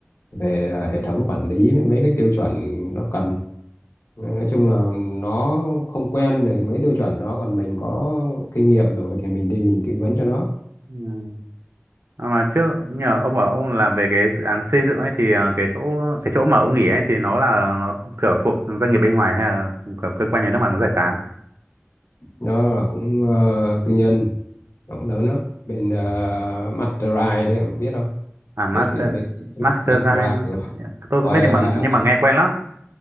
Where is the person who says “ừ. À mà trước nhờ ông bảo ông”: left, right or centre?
Right